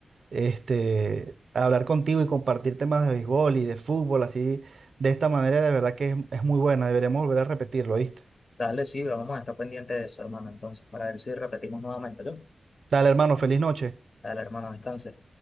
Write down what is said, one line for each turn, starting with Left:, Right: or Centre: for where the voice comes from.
Right: Este, hablar contigo y compartir temas de béisbol y de fútbol, así, de esta manera, de verdad que es, es muy buena. Deberíamos volver a repetirlo, ¿viste?
Left: Dale, sí, vamos a estar pendiente de eso, hermano, entonces, para ver si repetimos nuevamente, ¿no?
Right: Dale, hermano, feliz noche.
Left: Dale, hermano, descanse.